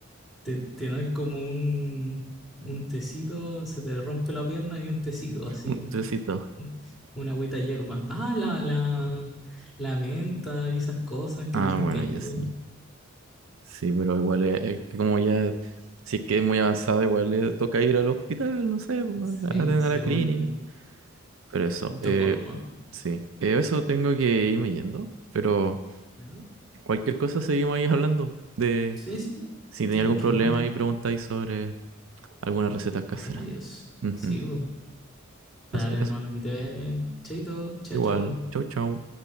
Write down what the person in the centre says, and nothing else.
te, te dan como un, un tecito, se te rompe la pierna y un tecito, así.
Un- Una agüita hierba. Ah, la, la, la menta y esas cosas que
dicen
que ayudan.
Sí,
según
yo.
Un
toco nomás.
Ya.
Sí, sí,
tranqui,
no hay drama.
Los remedios.
Sí, bu.
Dale, hermano,
que te vaya bien. Chaito, chao,
chao.